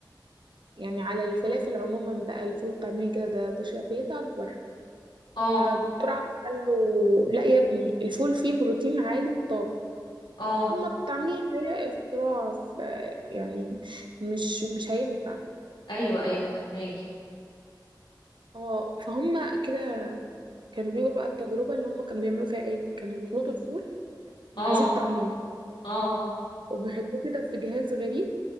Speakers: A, on the right (about 75°); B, on the left (about 85°).
A: يعني على الفلافل عموما بقى الفول والطعمية كده ده ده شعبيتها أكبر
B: اه
A: فدكتور عاطف قال له لا يا ابني الفول فيه بروتين عالي الطاقة
B: اه
A: اما التعمير فهي اختراع ف يعني مش مش هينفع
B: ايوه ايوه فهماكي
A: اه فهم كده كانوا بيجروا بقى التجربه اللي هم كانوا بيعملوا فيها ايه كانوا بيخلطوا الفول مع
B: اه
A: زيت طعميه
B: اه
A: وبيحطوه كده في جهاز غريب